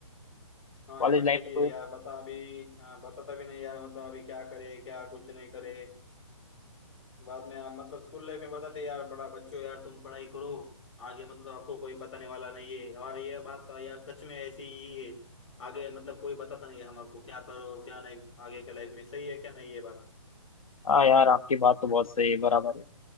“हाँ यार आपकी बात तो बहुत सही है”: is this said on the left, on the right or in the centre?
Left